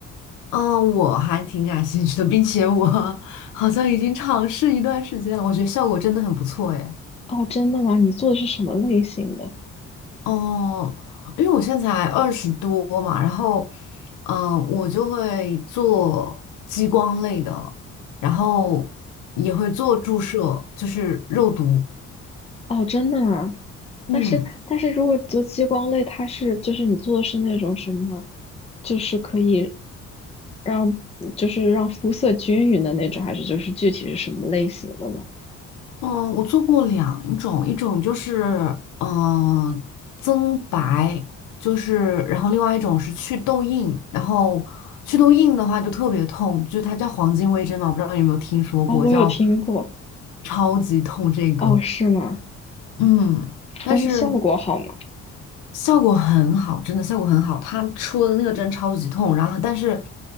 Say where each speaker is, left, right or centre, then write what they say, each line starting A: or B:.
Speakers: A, on the left; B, on the left.
A: 嗯、我还挺感兴趣的，并且我 <laughs> 好像已经尝试一段时间了，我觉得效果真的很不错诶。
B: 哦，真的吗？你做的是什么类型的？
A: 哦，因为我现在才二十多嘛，然后嗯、呃我就会做激光类的，然后也会做注射，就是肉毒，
B: 哦，真的吗？
A: 嗯。
B: 但是，但是如果你做激光类，它是就是你做的是那种什么，就是可以让就是让肤色均匀的那种，还是就是具体是什么类型的呢？
A: 嗯，我做过两种，一种就是嗯、呃增白，就是然后另外一种是去痘印，然后去痘印的话就特别痛，就它叫黄金微针嘛，我不知道你有没有听说过，
B: 哦，我有听过。
A: 叫超级痛这个，
B: 哦，是吗？
A: 嗯，但是
B: 但是效果好吗？
A: 效果很好，真的效果很好，它戳的那个针超级痛，然后但是